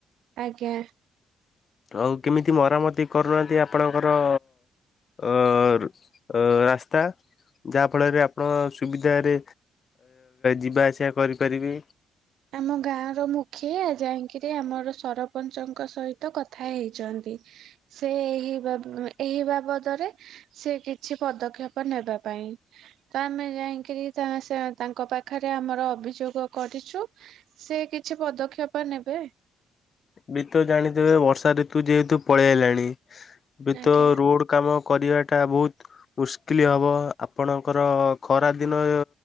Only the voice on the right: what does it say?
ଆଜ୍ଞା।
ଆମ ଗାଁର ମୁଖିଆ ଯାଇଁକିରି ଆମର ସରପଞ୍ଚଙ୍କ ସହିତ କଥା ହେଇଛନ୍ତି। ସେ ଏହି ବା ଏହି ବାବଦରେ ସେ କିଛି ପଦକ୍ଷେପ ନେବା ପାଇଁ। ତ ଆମେ ଯାଇଁକିରି ତ ସେ ତାଙ୍କ ପାଖରେ ଆମର ଅଭିଯୋଗ କରିଛୁ। ସେ କିଛି ପଦକ୍ଷେପ ନେବେ।
ଆଜ୍ଞା।